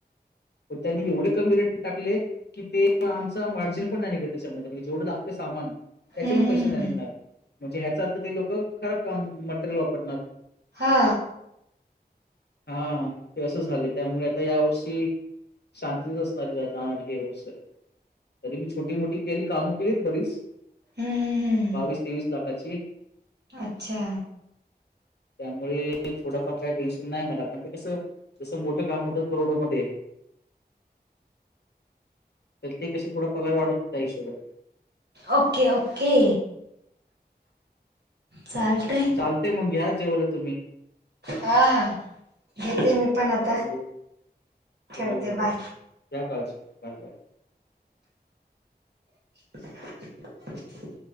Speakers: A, on the left (about 80°); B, on the right (about 80°).
A: पण त्यांनी एवढे कमी रेट टाकलेत की ते आमचा मार्जिन पण नाय निघत त्याच्यामध्ये म्हणजे जेवढं लागत सामान- त्याचे
B: हम्म
A: पण पैसे
B: हम्म
A: नाय निघणार
B: हम्म
A: म्हणजे ह्याचा अर्थ ते लोक खराब काम मटेरियल वापरणार.
B: हा.
A: हा ते असं झालं त्यामुळे आता या वर्षी शांतीत असणारी जाणारी हे वर्ष. तरी मी छोटी मोठी केली कामं केलीत बरीच.
B: हम्म हम्म
A: बावीस तेवीस लाखाची.
B: अच्छा
A: त्यामुळे थोड फार काय टेशन नाय मला पण ते कसं जसं मोठं काम होतं करोडोमध्ये तर ते कशी थोडा पगार वाढत त्या हिशोबने.
B: Okay okay. चालतंय.
A: चालतय मंग घ्या जेवायला तुम्ही
B: हा हा घेते मी पण आता
A: हो
B: ठेवते
A: हो
B: बाय.
A: घ्या काळजी बाय बाय.
B: <unintelligible>